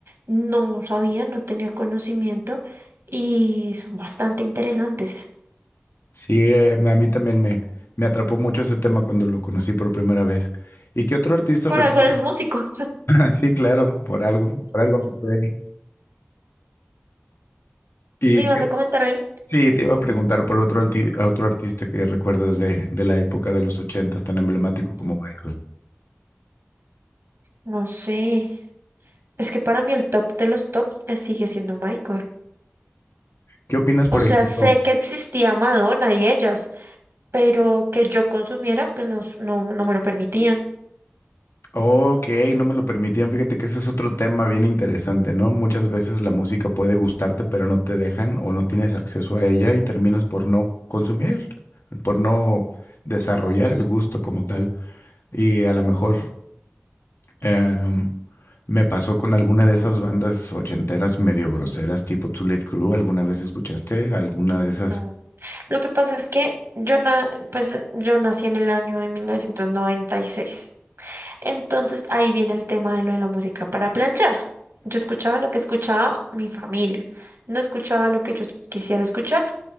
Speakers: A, on the right; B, on the left.
A: no sabía, no tenía conocimiento y son bastante interesantes.
B: Sí, eh, a mí también me, me atrapó mucho ese tema cuando lo conocí por primera vez. ¿Y qué otro artista
A: Por
B: recuerdas?
A: algo eres músico.
B: <laughs> Sí, claro, por algo, por algo me quedé ahí. Y
A: ¿Me ibas
B: qué-
A: a comentar algo?
B: sí, te iba a preguntar por otro, alti- a otro artista que recuerdas de, de la época de los ochentas, tan emblemático como
A: Mm,
B: Michael.
A: No sé, es que para mí el top de los tops eh, sigue siendo Michael.
B: ¿Qué opinas, por
A: O sea,
B: ejemplo?
A: sé que existía Madonna y ellas, pero que yo consumiera, pues no, no, no me lo permitían.
B: Ok, no me lo permitían. Fíjate que ese es otro tema bien interesante, ¿no? Muchas veces la música puede gustarte, pero no te dejan o no tienes acceso a ella y terminas por no consumir, por no desarrollar el gusto como tal. Y a lo mejor em, me pasó con alguna de esas bandas ochenteras medio groseras, tipo Two Live Crew. ¿Alguna vez escuchaste alguna de esas?
A: No. Lo que pasa es que yo, na- pues, yo nací en el año de mil novecientos noventa y seis Entonces ahí viene el tema de lo de la música para planchar. Yo escuchaba lo que escuchaba mi familia, no escuchaba lo que yo quisiera escuchar